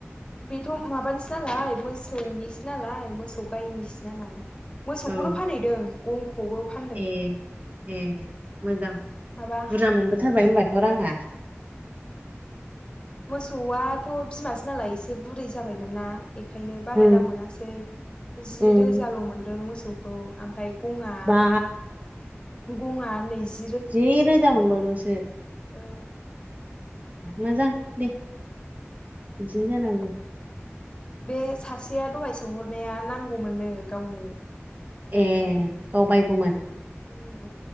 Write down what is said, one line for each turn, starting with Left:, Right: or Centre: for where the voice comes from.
Left: बेथ' माबानिसो नालाय मोसौ निसो नालाय मोसौ गायनिसो नालाय मोसौ
Right: औ
Left: खौनो फानहैदों गंखौबो फानदों।
Right: ए ए मोजां
Left: माबा
Right: बुरजा मोनबो थारबाय होनबाथ' राङा?
Left: मोसौ आथ' बिमासो नालाय एसे बुरै जाबाय मोनना बेखायनो बारा
Right: उम
Left: दाम मोनासै जि
Right: उम
Left: रोजाल' मोनदों मोसौखौ ओमफ्राय गङा
Right: बा
Left: गङा नैजि
Right: जि रोजा मोनबाव दोंसो।
Left: औ
Right: मोजां दे बिदिनो जानांगौ।
Left: बे सासेया दहाय सोंहर नाया नांगौ मोननो गावनो।
Right: ए
Left: ओमफ्राय
Right: गाव बायगौ मोन?
Left: उम